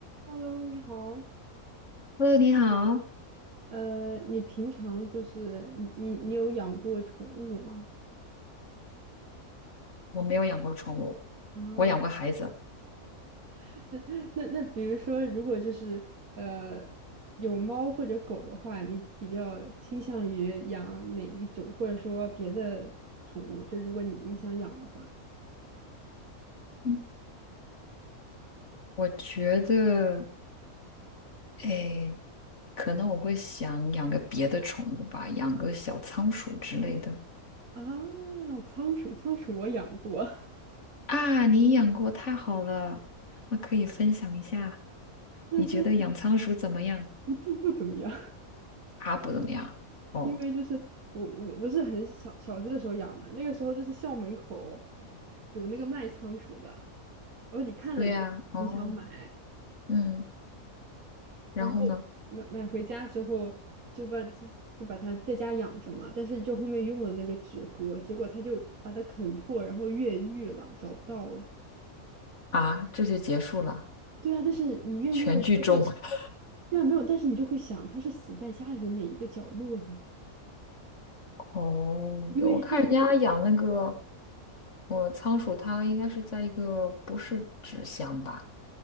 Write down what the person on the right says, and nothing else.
Hello，你好。
呃，你平常就是你你你有养过宠物吗？
啊，
<laughs> 那那比如说，如果就是呃有猫或者狗的话，你比较倾向于养哪一种，或者说别的宠物？就如果你你想养的话，
啊，仓鼠，仓鼠我养过，
<laughs> 那那
不不怎么样，
<laughs>
因为就是我我我是很小小学的时候养的，那个时候就是校门口有那个卖仓鼠的。然后你看了你就很想买，
然后买买回家之后就把就就把它在家养着嘛，
但是就后面用了那个纸盒，结果它就把它啃破，然后越狱了，找不到了。
对啊，但是你越狱了你就会，
对啊，没有，但是你就会想它是死在家里的哪一个角落了呢？
因为就是。